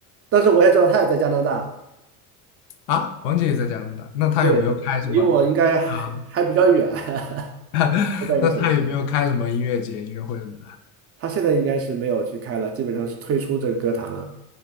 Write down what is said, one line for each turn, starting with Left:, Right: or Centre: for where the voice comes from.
Right: 但是我也知道他也在加拿大。
Left: 啊。王杰也在加拿大，那他有没有开什么
Right: 对，离我应该还还比较远，
Left: 啊？
Right: <laughs>
Left: <laughs>
Right: 在一个城市。
Left: 那他有没有开什么音乐节、音乐会什么的？
Right: 他现在应该是没有去开了，基本上是退出这个歌坛了。